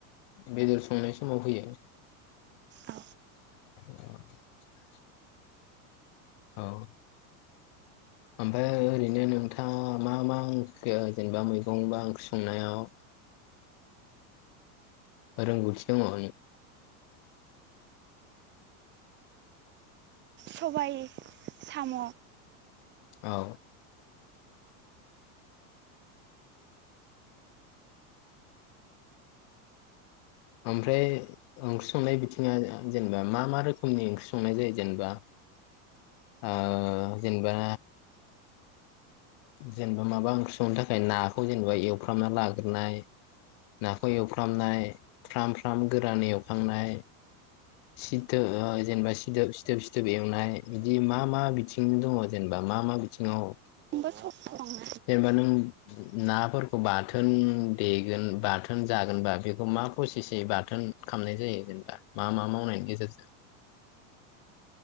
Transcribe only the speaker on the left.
बेदर संनाय समाव होयो <inaudible>
उ <inaudible> औ। ओमफ्राय ओरैनो नोंथाङा मा मा ओंख्रि जेनेबा मैगं बा ओंख्रि संनायाव <inaudible> रोंगौथि दंङनो
औ ओमफ्राय ओंख्रि संनाय बिथिंङा जेनेबा मा मा रोखोमनि ओंख्रि संनाय जायो जेनेबा ओ जेनेबा जेनेबा माबा ओंख्रि संनो थाखाय नाखौ जेनेबा एवफ्रामना लाग्रोनाय नाखौ एवफ्रामनाय फ्राम फ्राम गोरान एवखांनाय सिदोब जेनेबा सिदोब सिदोब सिदोब एवनाय बिदि मा मा बिथिं दंङ जेनेबा मा मा बिथिंङाव
जेनेबा नों नाफोरखौ बाथोन देगोन बाथोन जागोनबा बेखौ मा फ्रसेसयै बाथोन खामनाय जायो जेनेबा मा मा मावनायनि गेजेरजों